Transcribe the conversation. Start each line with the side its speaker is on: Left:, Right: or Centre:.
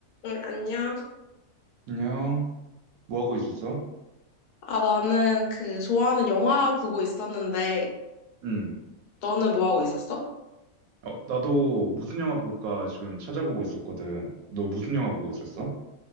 Left: 응, 안녕.
Right: 안녕. 뭐 하고 있었어?
Left: 아, 나는 그 좋아하는 영화 보고 있었는데,
Right: 응.
Left: 너는 뭐 하고 있었어?
Right: 어, 나도 무슨 영화 볼까 지금 찾아보고 있었거든. 너 무슨 영화 보고 있었어?